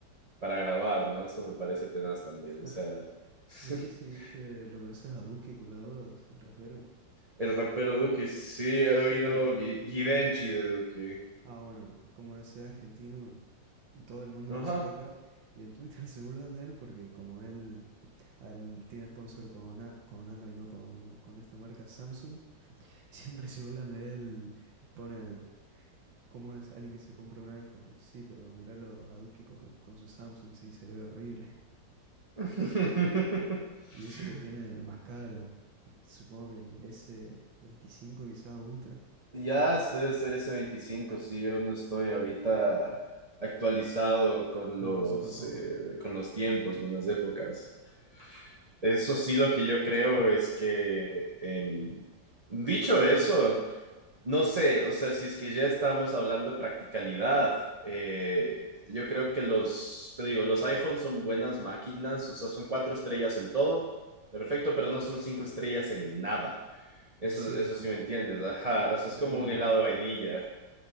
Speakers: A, on the right; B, on the right.
A: para grabar, ¿no? Eso me parece tenaz también,
B: <laughs>
A: o sea, <laughs>
B: No sé si viste, lo conoces a Duki por las dudas, el rapero.
A: el rapero Duki, sí he
B: Sí
A: oído
B: es.
A: Gui- Givenchy de Duki.
B: Ah, bueno, como es argentino, todo el mundo
A: Ajá.
B: lo sigue acá y en Twitter <laughs> se burlan de él porque como él, a él tiene sponsor con, a- con Android, no con, con esta marca Samsung, <laughs> siempre se burlan de él, pone, ¿Cómo es alguien que se compra un iPhone? Sí, pero miralo a Duki con, con su Samsung, sí, se le ve horrible.
A: <laughs>
B: Y eso que tiene el más caro, supongo que el s veinticinco quizá Ultra.
A: Ya debe ser ese 25, sí, yo no estoy ahorita actualizado con
B: No,
A: los,
B: yo tampoco.
A: eh, con los tiempos, con las épocas. Eso sí, lo que yo creo es que, em, dicho eso, No sé, o sea, si es que ya estamos hablando de practicalidad, eh, yo creo que los, te digo, los iPhones son buenas máquinas, o sea, son cuatro estrellas en todo, perfecto, pero no son cinco estrellas en nada. Eso,
B: Sí,
A: eso
B: no,
A: sí me entiendes, ajá, o
B: son
A: sea, es como
B: como,
A: un helado de vainilla.